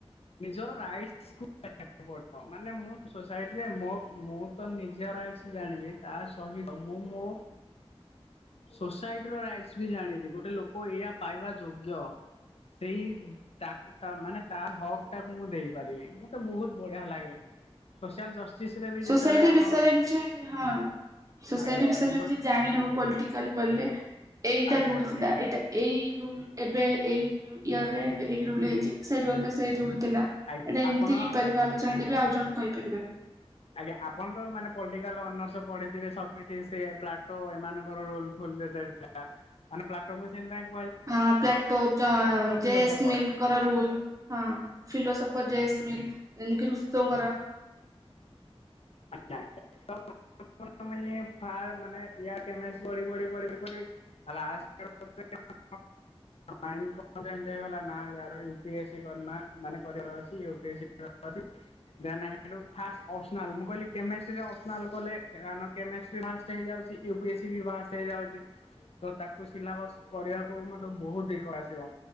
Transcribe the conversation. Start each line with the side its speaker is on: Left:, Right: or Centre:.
Left: ନିଜର ରାଇଟସ କୁ ମାନେ ମୁଁ ସୋସାଇଟିରେ ମୋ ମୁଁ ତ ନିଜ ରାଇଟ୍ସ ଜାଣିବି। ତା ସହିତ ମୁଁ ମୋ ସୋସାଇଟିର ରାଇଟସ୍ ବି ଜାଣିବି ଗୋଟେ ଲୋକ ଏଇଆ ପାଇବା ଯୋଗ୍ୟ। ସେଇ ତାକୁ ମାନେ ତା ହକ୍ ଟାକୁ ମୁଁ ଦେଇପାରିବି। ବହୁତ ବଢିଆ ଲାଗେ ସୋସିଆଲ ରେ ବି
Right: ସୋସାଇଟି
Left: ଯେତେବେଳେ ଆମର
Right: ବିଷୟରେ କିଛି ହଁ, ସୋସାଇଟି
Left: ଆଜ୍ଞା
Right: ବିଷୟରେ
Left: ମୁଁ କହି
Right: କିଛି ଜାଣିହବ ପଲିଟିକାଲ ବୋଲି ଏଇଟା
Left: ଆଜ୍ଞା
Right: ରୁଲ
Left: ଆଜ୍ଞା।
Right: ଥିଲା ଏଇଟା। ଏଇ ରୁଲ ଏବେ ଏଇ ଇୟରରେ ଏବେ ଏଇ ରୁଲ ହେଇଚି। ସେଇ ରୁଲ ସେଇ ରୁଲ ଥିଲା
Left: ଆ
Right: ଏଇଟା
Left: ଆପଣ
Right: ଏମିତି ହେଇପାରିବ
Left: ତ
Right: ଆମେ ଚାହିଁଲେ
Left: ଆଜ୍ଞା।
Right: ବି ଆଉ ଜଣଙ୍କୁ କହିପାରିବା।
Left: ଆଜ୍ଞା ଆପଣଙ୍କର ମାନେ ପଲଟିକାଲ ଅନର୍ସ ତ ପଢିଥିବେ ସକ୍ରିଟି ସେ ପ୍ଲାଟୋ ଏମାନଙ୍କର ରୋଲ ଫୋଲ ଯେତେବେଳେ ଥିଲା। ମାନେ ପ୍ଲାଟୋ <unintelligible>
Right: ହଁ ପ୍ଲାଟୋ ଚ
Left: ଫିଲୋସଫର୍ସ।
Right: ଜେସ୍ ମିଲକର ରୁଲ। ହଁ, ଫିଲୋସଫର୍ ଜେସ୍ ମିଲ୍ ଯେମିତି କି ଋଷଙ୍କର।
Left: <unintelligible> ଆପଣ ମାନେ ଫା ମାନେ ଇଆ ମାକ୍ସ ବଢି ବଢି ବଢି ଲା <unintelligible> ମାଇଣ୍ଡ କଣ ଚେଞ୍ଜ ହେଇଗଲା। ନା ୟାର ୟୁପିଏସି କରି ନା କରିବାର ଅଛି। ୟୁପିଏସି <unintelligible> ଫାଷ୍ଟ୍ ଅପସନାଲ ମୁଁ କହିଲି କେମିଷ୍ଟ୍ରିରେ ଅପସନାଲ୍ କଲେ କଣ କେମିଷ୍ଟ୍ରି ଫାଷ୍ଟ ହେଇଯାଉଛି। ୟୁ ପି ଏସ୍ ସି ବି ଫାଷ୍ଟ ହେଇଯାଉଛି। ତ ତାକୁ ସିଲାବସ କରିବାକୁ ମତେ ବହୁତ ଇଗୋ ଆସିବ।